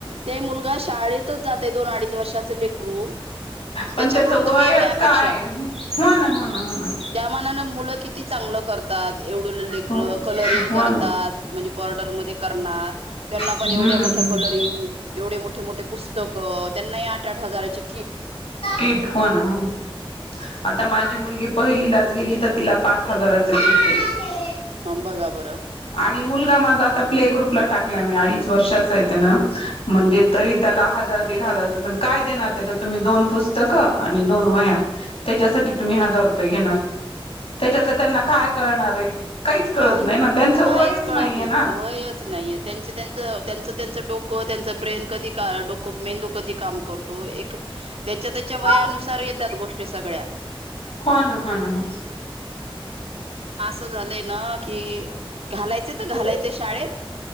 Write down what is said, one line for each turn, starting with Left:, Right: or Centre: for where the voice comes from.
Right: ते मुलगा शाळेतच जातंय दोन अडीच वर्षाच लेकरू ह
Left: पण
Right: त्याच्याकडून
Left: त्याच वयच
Right: तुम्ही एवढ्या अपेक्षा
Left: काय हो ना हो ना हो ना
Right: त्या मानान मुलं किती चांगलं करतात एवढलं लेकरं
Left: हो हो
Right: कलरिंग करतात
Left: ना
Right: म्हणजे बॉर्डर मध्ये करणार त्यांना
Left: हम्म
Right: पण एवढ्या मोठ्या
Left: हम्म
Right: कलरिंग एवढे मोठे मोठे पुस्तकं त्यांनाही आठ आठ हजाराची
Left: किट फोन आता माझी मुलगी पहिलीलाच गेली तर तिला पा च हजाराचं किट आहे
Right: बघा बरं
Left: आणि मुलगा माझा आता प्ले ग्रुप ला टाकलाय मी अडीच वर्षाचाआहे तेन म्हणजे तरी त्याला हा जार दीड हजाराचं पण काय देणार? त्याच्यात तुम्ही दोन पुस्तकं आणि दोन वह्या त्याच्यासाठी तुम्ही हजार रुपये घेणार त्याच्यातलं त्यांना काय कळणार आहे काहीच कळत
Right: काही
Left: नाही ना त्यांचं
Right: काहीच
Left: वयच
Right: कळत
Left: नाहीये
Right: नाही
Left: ना
Right: वयच नाहीे त्यांच त्यांच त्यांचं त्यांच डोक कं तेचं ब्रेन कधी डोक मेंदू कधी काम करतो एक त्याच्या त्याच्या वयानुसार
Left: हो
Right: घेत्यात गोष्टी सगळ्या
Left: ना हो ना हो
Right: अस झालंय ना की घालायच त घालायचय
Left: हो
Right: शाळेत